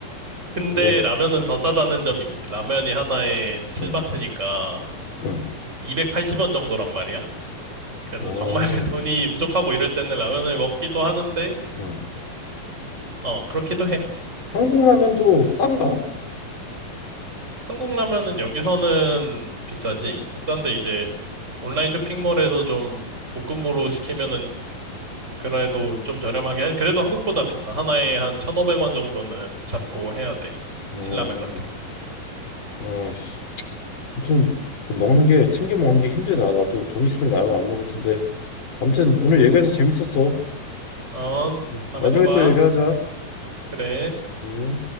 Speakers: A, on the right; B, on the left.
A: 근데
B: 그래?
A: 라면은
B: 응,
A: 더 싸다는 점이 있지. 라면이 하나에 7바트니까
B: 응, 응,
A: 280원 정도란 말이야. 그래서
B: 어,
A: 정말 <laughs> 돈이 부족하고 이럴 때는 라면을 먹기도 하는데,
B: 응.
A: 어, 그렇기도 해.
B: 한국 라면도 싼가?
A: 한국 라면은 여기서는 비싸지. 비싼데 이제 온라인 쇼핑몰에서 좀 묶음으로 시키면은 그래도 좀 저렴하게 해. 그래도 한국보다 비싸. 하나에 한 1,500원 정도는 잡고 해야 돼.
B: 어,
A: 신라면 같은
B: 아씨, 아무튼 그 먹는 게 챙겨 먹는 게 힘들다. 나도 돈 있으면 라면 안 먹을 텐데. 아무튼 오늘 얘기해서 재밌었어.
A: 거. 어,
B: 응.
A: 다음에
B: 나중에
A: 또 봐.
B: 또 얘기하자.
A: 그래.
B: 응.